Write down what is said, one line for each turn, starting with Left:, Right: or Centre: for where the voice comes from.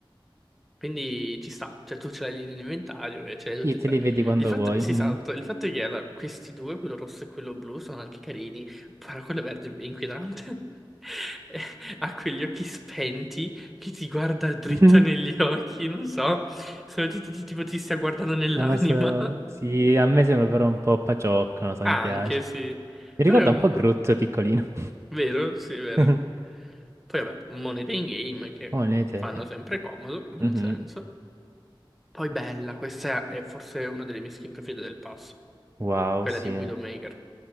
Centre: Quindi ci sta, cioè tu ce l'hai lì in inventario e ce l'hai tutte
Right: Sì,
Centre: e
Right: te
Centre: tre.
Right: li vedi quando
Centre: Il fatto,
Right: vuoi.
Centre: sì,
Right: Mhm.
Centre: esatto, il fatto è che allora, questi due, quello rosso e quello blu, sono anche carini, però quello verde è inquietante. <laughs> Eh, Ha quegli occhi spenti che ti guarda dritto
Right: <laughs>
Centre: negli occhi, non so, se ti, ti- ti- tipo ti stia guardando nell'anima.
Right: Non lo so.
Centre: <laughs>
Right: Sì, a me sembra però un po' paciocco, non lo so,
Centre: Ah,
Right: mi piace.
Centre: Anche, sì.
Right: Mi
Centre: Però
Right: ricorda
Centre: è un-
Right: un po' Groot piccolino.
Centre: vero, sì, è vero.
Right: <laughs>
Centre: Poi vabbè, monete in game che
Right: Oh, le idee
Centre: fanno
Right: che...
Centre: sempre comodo, nel
Right: Mhm.
Centre: senso. Poi bella, questa è forse una delle mie skin preferite del pass,
Right: Wow,
Centre: quella
Right: sì.
Centre: di Widowmaker.